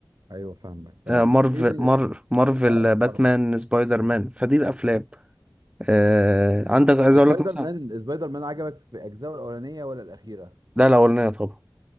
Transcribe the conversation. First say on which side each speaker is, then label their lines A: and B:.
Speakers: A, on the right (about 60°); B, on the right (about 15°).
A: ايوه فاهمك تمام
B: آه، مارفل
A: طب ايه بي...
B: مار مارفل
A: اه
B: باتمان
A: أعرف.
B: سبايدر
A: مم.
B: مان فدي الافلام آه عندك عايز
A: سبايدر
B: اقول لك مثلا
A: مان سبايدر مان عجبك في اجزائه الاولانيه ولا الاخيره
B: لا الاولانيه طبعا